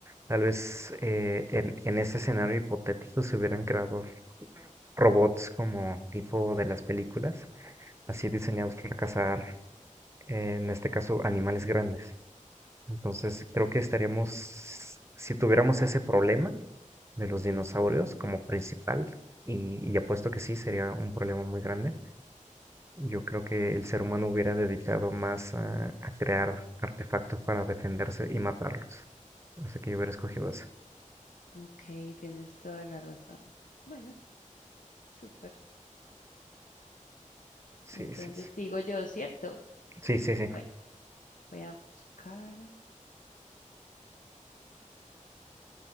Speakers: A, on the right; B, on the left.
A: Tal vez eh, en, en ese escenario hipotético se hubieran creado robots como tipo de las películas así diseñados para cazar, eh, en este caso, animales grandes. Entonces, creo que estaríamos, si tuviéramos ese problema de los dinosaurios como principal, y, y apuesto que sí, sería un problema muy grande, yo creo que el ser humano hubiera dedicado más a, a crear artefactos para defenderse y matarlos. Así que yo hubiera escogido esa.
B: Ok, tienes toda la razón. Bueno, súper.
A: Sí,
B: Entonces
A: sí, sí.
B: sigo yo, ¿cierto?
A: Sí, sí, sí.
B: Bueno, voy a buscar.